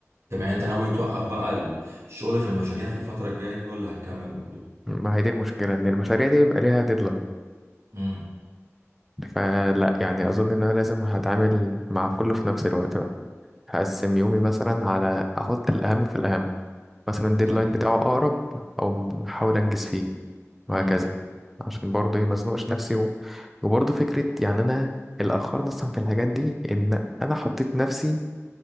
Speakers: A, on the right; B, in the centre.
A: طب يعني انت ناوي توقف بقى الشغل في المشاريع في الفترة الجاية دي ولا هتكمل برضه؟
B: ما هي دي المشكله ان المشاريع دي بيبقى ليها ديدلاين
A: امم
B: فلا يعني اظن ان انا لازم هتعامل مع كله في نفس الوقت بقى هقسم يومي مثلا على احط الاهم في الاهم مثلا الديدلاين
A: ايوه
B: بتاعه اقرب او احاول انجز فيه
A: امم
B: وهكذا عشان برضه إيه ما ازنقش نفسي و... وبرضه فكرة يعني أنا اللي أخرني أصلا في الحاجات دي إن أنا حطيت نفسي